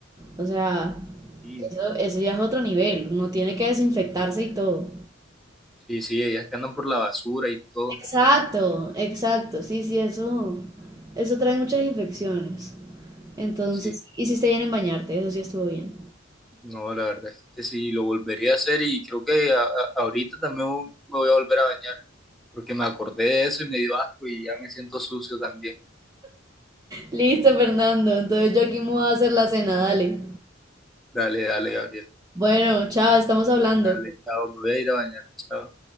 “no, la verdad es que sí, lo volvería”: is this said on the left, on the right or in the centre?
Centre